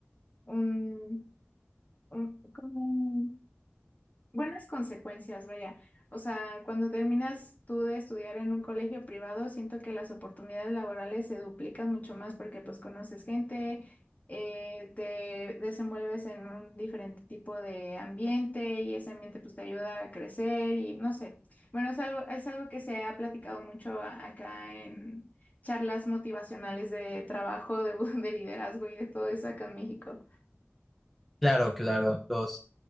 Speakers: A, on the left (about 35°); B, in the centre.
A: un, un, como buenas consecuencias, vaya. O sea, cuando terminas tú de estudiar en un colegio privado, siento que las oportunidades laborales se duplican mucho más porque pues conoces gente, eh, te desenvuelves en un diferente tipo de ambiente y ese ambiente pues te ayuda a crecer y no sé. Bueno, es algo, es algo que se ha platicado mucho a- acá en charlas motivacionales de trabajo, de, <laughs> de liderazgo y de todo eso acá en México.
B: Claro, claro, los,